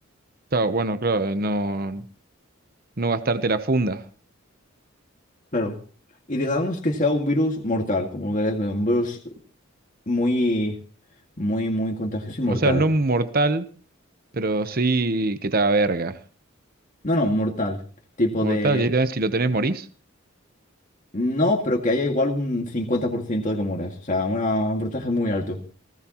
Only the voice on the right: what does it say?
Claro, bueno, claro, no, no gastarte la funda.
O sea, no mortal, pero sí que te haga verga.
Mortal,
directamente si lo tenés morís.